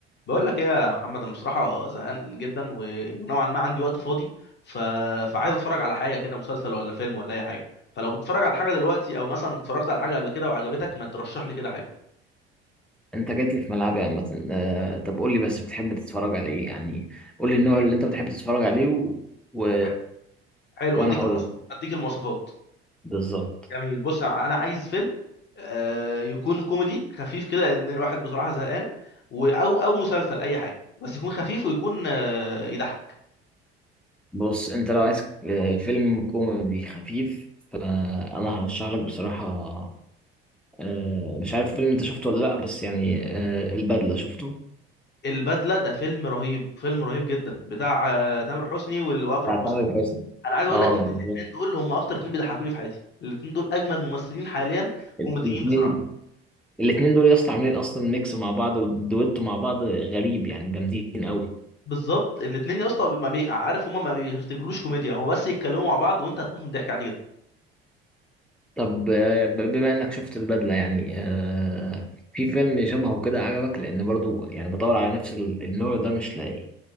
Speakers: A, on the left (about 35°); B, in the centre.
A: بقول لك ايه يا محمد انا بصراحه زهقان جدا و... ونوعا ما عندي وقت فاضي ف... فعايز اتفرج على حاجه كده مسلسل ولا فيلم ولا اي حاجه فلو بتتفرج على حاجه دلوقتي او مثلا اتفرجت على حاجه قبل كده وعجبتك ما ترشح لي كده حاجه
B: انت جيت لي في ملعبي عامة آه، طب قول لي بس بتحب تتفرج على ايه يعني قول لي النوع اللي انت بتحب تتفرج عليه و... و...
A: ح- حلو
B: وانا
A: اديك
B: هقول
A: المواصفات
B: لك
A: اديك المواصفات
B: بالظبط
A: جميل بص انا عايز فيلم آه يكون كوميدي خفيف كده لان الواحد بصراحه زهقان و... او او مسلسل اي حاجه بس يكون خفيف ويكون آه يضحك
B: بص انت لو عايز آه، فيلم كوميدي خفيف فانا هرشح لك بصراحة آه، مش عارف فيلم انت شفته ولا لا بس يعني آه، البدلة شفته
A: البدله ده فيلم رهيب فيلم رهيب جدا بتاع آه تامر حسني وال- واكرم
B: بتاع
A: حسني
B: تامر حسني
A: انا عايز اقول
B: اه
A: لك ان
B: بالظبط
A: الاثنين دول هم اكتر اثنين بيضحكوني في حياتي الاثنين دول اجمد ممثلين حاليا
B: الاثنين
A: كوميديين بصراحه
B: الاثنين دول يا اسطى عاملين اصلا ميكس مع بعض ودويتو مع بعض غريب يعني جامدين قوي
A: بالظبط الاثنين يا اسطى ما بي... عارف هم ما بيرتجلوش كوميديا هم بس يتكلموا مع بعض وانت هتموت من الضحك عادي جدا
B: طب آه، بما انك شفت البدلة يعني آه، في فيلم شبهه كده عجبك لان برضو يعني بدور على نفس ال- النوع ده مش لاقي